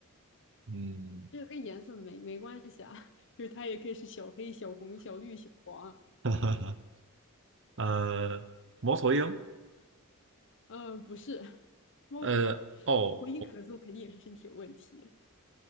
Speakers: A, on the right; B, on the left.
A: 嗯，
B: 这个跟颜色没没关系啊，<laughs> 就是它也可以是小黑、小红、小绿、小黄，
A: <laughs> 呃，猫头鹰，
B: 嗯、不是，猫头鹰，
A: 呃，哦，
B: 猫头鹰咳嗽肯定也是身体有问题，